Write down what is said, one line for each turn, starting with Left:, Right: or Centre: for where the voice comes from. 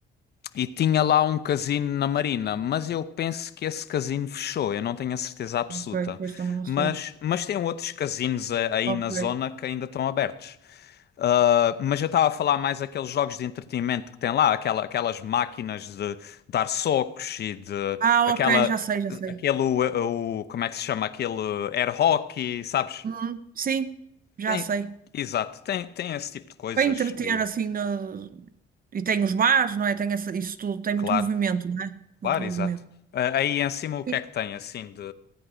Left: e tinha lá um casino na Marina, mas eu penso que esse casino fechou, eu não tenho a certeza absoluta.
Right: ok, pois também não
Left: Mas,
Right: sei.
Left: mas tem outros casinos a- aí
Right: Ok.
Left: na zona que ainda estão abertos. Uh, mas eu estava a falar mais aqueles jogos de entretenimento que tem lá, aquela, aquelas máquinas de dar socos e de
Right: Ah,
Left: aquela,
Right: ok, já sei, já sei.
Left: aquele, o, o- como é que se chama? Aquele air hockey, sabes?
Right: Uhum, Sim, já
Left: Tem,
Right: sei.
Left: exato, tem, tem esse tipo de coisas
Right: Para entreter
Left: e
Right: assim no... e tem os bares, não é? Tem essa... isso tudo, tem muito
Left: claro,
Right: movimento, não é? Muito
Left: claro,
Right: movimento.
Left: exato. Ah, aí em cima o que
Right: Sim,
Left: é que tem assim de.